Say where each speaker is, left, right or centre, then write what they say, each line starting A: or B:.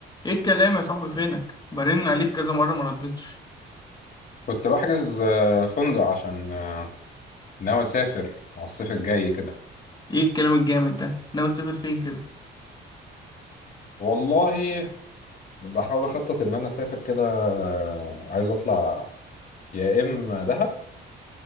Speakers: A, on the left; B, on the left.
A: ايه الكلام يا صاحبي فينك برن عليك كذا مره ما ردتش
B: كنت بحجز آه، فندق عشان آه، ناوي اسافر على الصيف الجاي كده
A: ايه الكلام الجامد ده ناوي تسافر فين كده
B: والله بحاول اخطط ان انا اسافر كده آه، عايز اطلع يا اما دهب